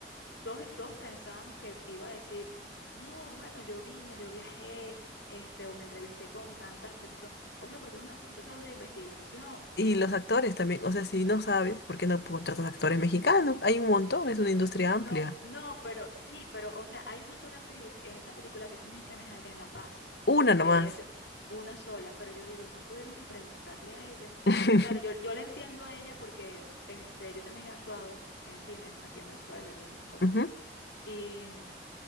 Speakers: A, on the left; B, on the left.
A: todos, todos pensábamos que iba a decir, no, bueno, yo vine, yo viajé, este, o me entrevisté con tantas personas, o sea, porque es un proceso de investigación.
B: Y los actores también, o sea, si no sabes, ¿por qué no contratas actores mexicanos? Hay un montón, es una industria
A: No,
B: amplia.
A: no, pero sí, pero, o sea, hay una sola actriz en esa película que sí es mexicana, es Adriana Paz.
B: Una nomás.
A: Ella es una sola, pero yo digo, no pudieron ni preguntarle a ella.
B: <laughs>
A: Claro, yo, yo la entiendo a ella porque este, yo también he actuado en cine aquí en Venezuela y en Colombia.
B: Ujú,
A: Y